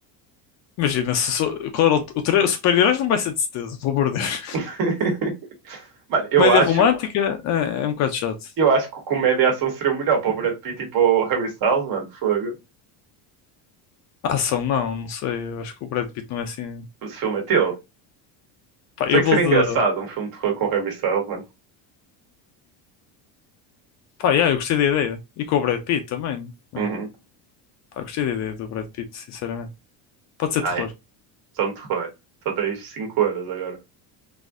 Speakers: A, on the left (about 40°); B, on the right (about 50°).
A: Imagina, se, sou- qual era o, o tre- super-heróis não vai ser de certeza, pelo amor de Deus.
B: <laughs>
A: <laughs>
B: Mano, eu
A: Comédia
B: acho,
A: romântica é, é um bocado chato.
B: eu acho que o comédia e ação seria o melhor para o Brad Pitt e para o Harry Styles, mano. Fogo.
A: A ação, não, não sei. Eu acho que o Brad Pitt não é assim.
B: Esse filme é teu.
A: Pá, eu
B: Sei que
A: vou
B: seria
A: de.
B: engraçado um filme de terror com o Harry Styles, mano.
A: Pá, yeah, eu gostei da ideia. E com o Brad Pitt também. né?
B: Uhum.
A: Pá, eu gostei da ideia do Brad Pitt, sinceramente. Pode ser
B: Tá,
A: terror.
B: aí. são de terror. Só tens 5 euros agora.